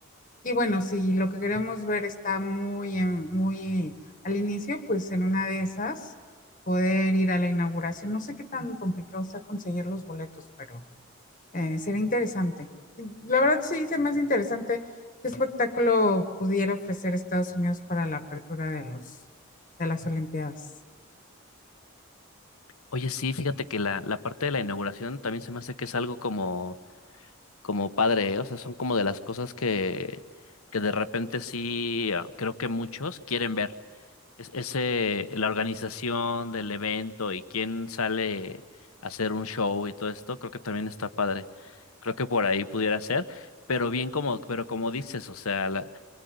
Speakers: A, on the left (about 35°); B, on the left (about 80°).
A: Y bueno, si lo que queremos ver está muy, en- muy al inicio, pues en una de esas poder ir a la inauguración. No sé qué tan complicado sea conseguir los boletos, pero eh, sería interesante. La verdad sí se me hace interesante qué espectáculo pudiera ofrecer Estados Unidos para la apertura de los, de las Olimpiadas.
B: Oye, sí, fíjate que la, la parte de la inauguración también se me hace que es algo como, como padre, ¿eh? O sea, son como de las cosas que, que de repente sí ah, creo que muchos quieren ver. Es, ese, la organización del evento y quién sale a hacer un show y todo esto, creo que también está padre. Creo que por ahí pudiera ser, pero bien como, pero como dices, o sea, la-